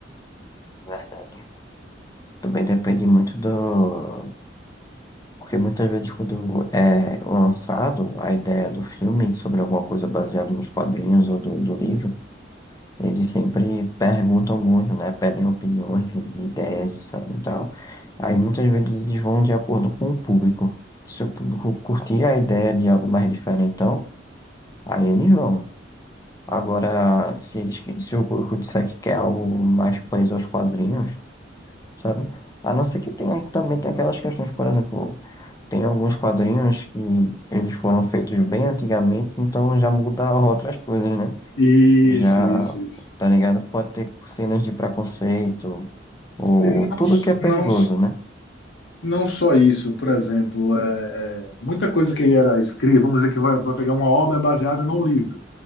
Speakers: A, on the left; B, on the left.
A: Verdade. Também depende muito do. Porque muitas vezes, quando é lançado a ideia do filme sobre alguma coisa baseada nos quadrinhos ou do, do livro. Eles sempre perguntam muito, né? Pedem opiniões de, de ideias e tal. Aí muitas vezes eles vão de acordo com o público. Se o público curtir a ideia de algo mais diferentão, aí eles vão. Agora, se, eles, que- se o público disser que quer algo mais preso aos quadrinhos, sabe? A não ser que tenha, também tem aquelas questões, por exemplo, tem alguns quadrinhos que eles foram feitos bem antigamente, então já muda outras coisas, né?
B: Isso,
A: já,
B: isso, isso.
A: tá ligado? Pode ter cenas de preconceito, ou
B: E Não,
A: tudo que é perigoso,
B: não
A: né?
B: Não só isso, por exemplo, é, é, muita coisa que era escrita, vamos dizer que vai, vai pegar uma obra baseada num livro.